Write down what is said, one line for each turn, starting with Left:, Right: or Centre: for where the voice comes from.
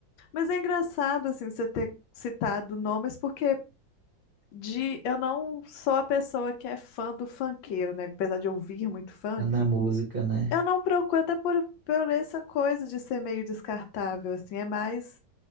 Left: Mas é engraçado, assim, você ter citado nomes, porque de eu não sou a pessoa que é fã do funkeiro, né? Apesar de ouvir muito funk,
Right: Na música, né?
Left: eu não procuro, até por, por essa coisa de ser meio descartável, assim, é mais